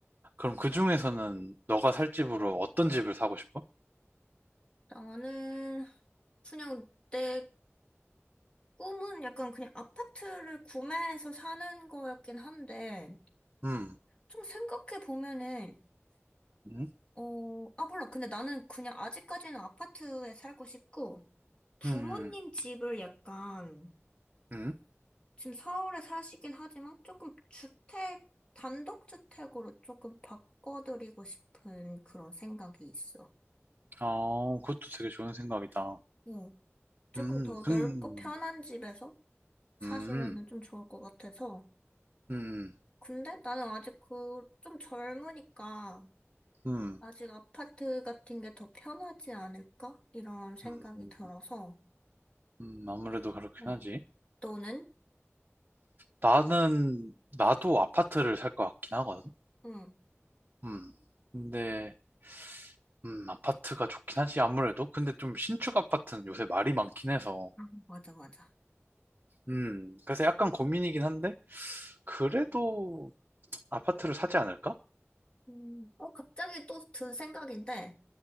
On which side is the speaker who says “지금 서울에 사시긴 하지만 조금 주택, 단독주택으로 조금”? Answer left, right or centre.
Left